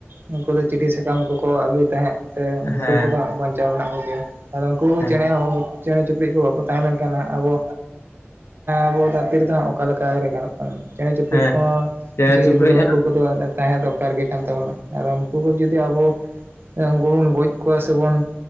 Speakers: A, on the right; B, on the left.
A: ᱩᱱᱠᱩ ᱫᱚ ᱪᱤᱴᱷᱤ ᱥᱟᱠᱟᱢ ᱠᱚᱠᱚ ᱟᱹᱜᱩᱭ ᱛᱟᱦᱮᱸᱜ। ᱥᱮ
B: ᱦᱮᱸ
A: ᱱᱩᱠᱩ ᱠᱚᱫᱚ ᱦᱟᱸᱜ ᱵᱟᱧᱪᱟᱣ ᱢᱮᱱᱟᱜ ᱠᱚᱜᱮᱭᱟ᱾ ᱟᱫᱚ ᱩᱱᱠᱩ
B: ᱦᱮᱸ
A: ᱪᱮᱬᱮ ᱦᱚᱸ ᱼᱼ ᱪᱮᱬᱮ ᱪᱩᱯᱲᱤᱡ ᱠᱚ ᱵᱟᱠᱚ ᱛᱟᱦᱮᱸ ᱞᱮᱱ ᱠᱷᱟᱱ ᱦᱟᱸᱜ ᱟᱵᱚ ᱟᱵᱚ ᱫᱷᱟᱹᱨᱛᱤ ᱨᱮᱫᱚ ᱦᱟᱸᱜ ᱚᱠᱟ ᱞᱮᱠᱟᱨᱮ ᱜᱟᱱᱚᱜ ᱼᱼ ᱪᱮᱬᱮ ᱪᱩᱯᱲᱤᱡ
B: ᱦᱮᱸ
A: ᱠᱚᱦᱚᱸ
B: ᱪᱮᱬᱮ
A: ᱡᱤᱭᱟᱹᱞᱤ
B: ᱪᱤᱯᱨᱩᱡ
A: ᱠᱚᱫᱚ
B: ᱦᱮᱸ
A: ᱩᱱᱠᱩ ᱠᱚᱫᱚ ᱛᱟᱦᱮᱸ ᱫᱚᱨᱠᱟᱨ ᱜᱮ ᱠᱟᱱ ᱛᱟᱵᱚᱱᱟ। ᱟᱨ ᱩᱱᱠᱩ ᱠᱚ ᱡᱩᱫᱤ ᱟᱵᱚ ᱩᱱᱠᱩ ᱵᱚᱱ ᱜᱚᱡ ᱠᱚᱣᱟ ᱥᱮ ᱵᱚᱱ ᱼᱼ